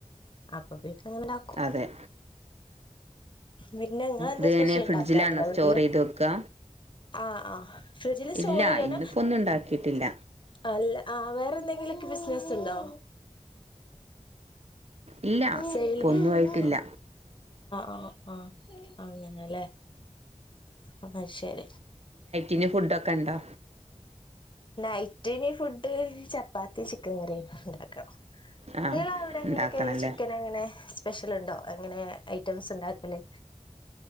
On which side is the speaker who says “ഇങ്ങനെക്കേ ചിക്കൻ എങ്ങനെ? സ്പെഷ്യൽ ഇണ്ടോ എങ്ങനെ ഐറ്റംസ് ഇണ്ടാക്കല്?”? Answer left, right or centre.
Left